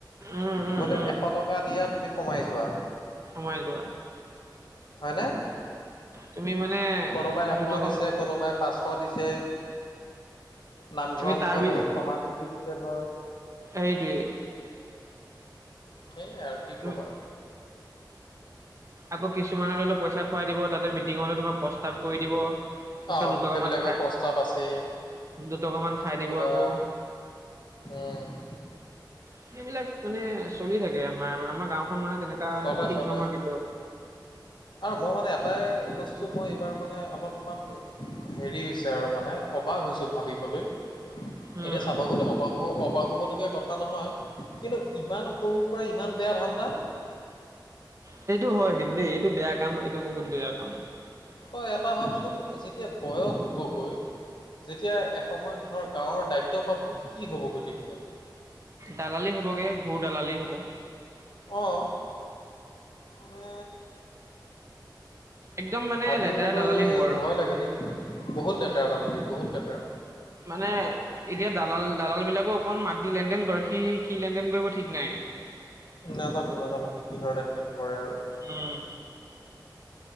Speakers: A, on the right (about 40°); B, on the left (about 75°).
A: উম উম
B: বোলে
A: উম
B: এশ টকা দিয়া তুমি সোমাই যোৱা।
A: সোমাই যোৱা।
B: হয় নে।
A: তুমি মানে
B: কোনোবাই এশ
A: দুটকা
B: দিছে
A: মা-
B: কোনোবাই। পাঁচশ দিছে নামঘৰৰ
A: তুমি তাৰ
B: মুখত আহি ক্ষমা খুজি দিছে ধৰ।
A: এইটোৱে।
B: সেই আৰু কি
A: তুমি
B: কবা।
A: আকৌ কিছুমানে ধৰি লওঁ পইচা খুৱাই দিব তাতে মিটিঙতে তোমাক প্ৰস্তাৱ কৰি দিব পিছত
B: অ
A: দুটকা
B: সেইবিলাকৰ
A: মান খাই।
B: প্ৰস্তাৱ আছেই
A: দুটকা মান খাই
B: কি
A: দিব
B: ক'বা
A: আকৌ।
B: উম।
A: সেইবিলাক মানে চলি থাকে আমাৰ, আমাৰ গাওঁখন মানে তেনেকা
B: চলে
A: ঠিক
B: চলে
A: নহয় কেতিয়াও।
B: আৰু মই মানে এটাই বস্তু মই এইবাৰ মানে অলপমান। হেৰি হৈছে আৰু মানে অবাক হৈছো ভাৱিবলৈ
A: উম
B: এনে চাব গ'লে অব অবা-অবাক হব লগীয়া কথা নহয় কিন্তু ইমান সৰুৰ পৰা ইমান বেয়া ধাণ্ডা।
A: সেইটো হয় কিন্তু দেই এইটো বেয়া কাম এইটো বহুত বেয়া কাম।
B: তই এটা ভাবচোন যেতিয়া বয়স হ'ব গৈ। যেতিয়া এসময়ত ধৰ গাঁৱৰ দায়িত্ব পাব কি হ'ব গৈ তেতিয়া?
A: দালালি হ'ব গে ঘোৰ দালালি হ'ব।
B: অ', মানে
A: একদম মানে
B: ভাৱিবলৈ
A: লেতেৰা দালালি হ'ব আৰু।
B: ভয় লাগে দেই বহুত লেতেৰা দালালি বহুত লেতেৰা।
A: মানে এতিয়া দালাল, দালাল বিলাকো অকন মাটিৰ লেনদেন কৰে সি কি লেনদেন কৰিব ঠিক নাই।
B: নাজানোঁ, নাজানোঁ সি কিহৰ লেনদেন কৰে আৰু। <inaudible>
A: উম।